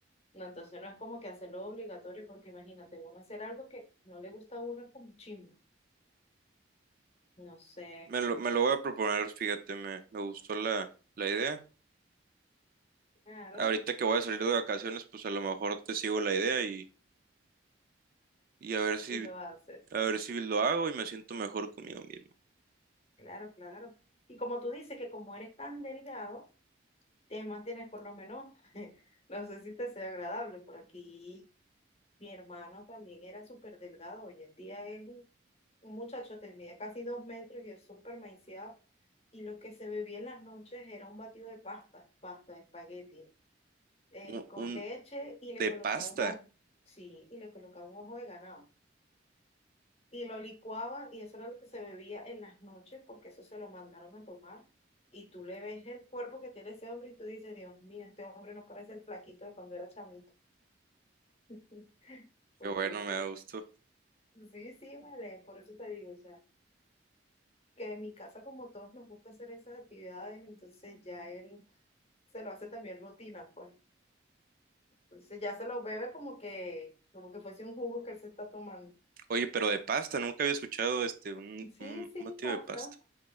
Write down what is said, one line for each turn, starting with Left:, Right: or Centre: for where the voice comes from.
Left: no, entonces no es como que hacerlo obligatorio, porque imagínate, uno hacer algo que no le gusta a uno es como chimbo, no sé,
Right: Me lo, me lo voy a proponer, fíjate, me, me gustó la, la idea.
Left: claro.
Right: Ahorita que voy a salir de vacaciones, pues a lo mejor te sigo la idea y, y a ver si,
Left: Y lo haces.
Right: a ver si lo hago y me siento mejor conmigo mismo.
Left: Claro, claro. Y como tú dices que como eres tan delgado, te mantienes por lo menos, <laughs> no sé si te sea agradable. Por aquí mi hermano también era súper delgado. Hoy en día es un un muchacho de mide casi dos metros y es súper maiciado. Y lo que se bebía en las noches era un batido de pasta, pasta de espagueti, eh,
Right: Un,
Left: con
Right: un,
Left: leche y le
Right: De
Left: colocaba
Right: pasta.
Left: un ojo. Sí, y le colocaba un ojo de ganado. y lo licuaba y eso era lo que se bebía en las noches porque eso se lo mandaron a tomar. Y tú le ves el cuerpo que tiene ese hombre y tú dices, Dios mío, este hombre no parece el flaquito de cuando era chamito. <laughs> Porque
Right: Qué bueno,
Left: sí,
Right: me da gusto.
Left: sí, sí, vale, por eso te digo, o sea, que en mi casa como todos nos gusta hacer esas actividades, entonces ya él se lo hace también rutina, pues. Entonces ya se lo bebe como que, como que fuese un jugo que él se está tomando.
Right: Oye, pero de pasta, nunca había escuchado este un,
Left: Sí,
Right: un
Left: sí,
Right: batido
Left: pasta.
Right: de pasta.